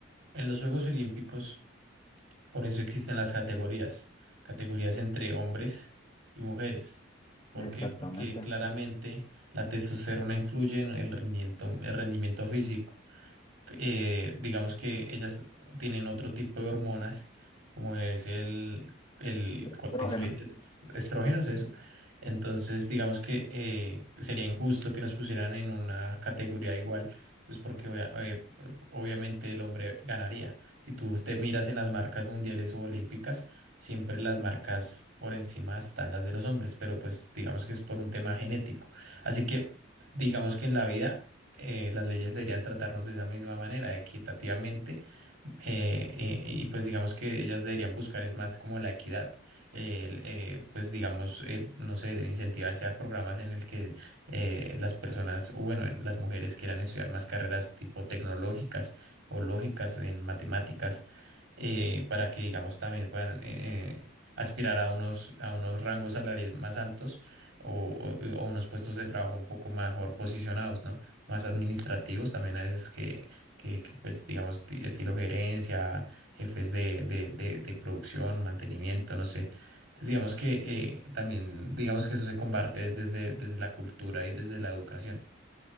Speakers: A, on the right; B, on the left.
A: En los Juegos Olímpicos. Por eso existen las categorías, categorías entre hombres y mujeres. ¿Por
B: Exactamente.
A: qué? Porque claramente la testosterona influye en el rendimiento, el rendimiento físico eh, digamos que ellas tienen otro tipo de hormonas, como es el, el
B: Es
A: cortisol
B: prógeno.
A: y es- estrógenos, eso. Entonces, digamos que eh, sería injusto que nos pusieran en una categoría igual, pues porque obvia- eh, obviamente el hombre ganaría. Si tú te miras en las marcas mundiales o olímpicas, siempre las marcas por encima están las de los hombres, pero pues digamos que es por un tema genético. Así que digamos que en la vida eh, las leyes deberían tratarnos de esa misma manera, equitativamente, eh, eh, y pues digamos que ellas deberían buscar es más como la equidad, el, eh, pues digamos, eh, no sé, incentivarse a programas en el que eh, las personas, o bueno, en- las mujeres quieran estudiar más carreras tipo tecnológicas o lógicas en matemáticas, eh, para que digamos también puedan eh, eh, aspirar a unos, a unos rangos salariales más altos o, o o unos puestos de trabajo un poco mejor posicionados, ¿no? Más administrativos también a veces que que, que, pues digamos ti- estilo gerencia, jefes de, de, de, de producción, mantenimiento, no sé. Entonces digamos que eh, también digamos que eso se combate es desde, desde la cultura y desde la educación.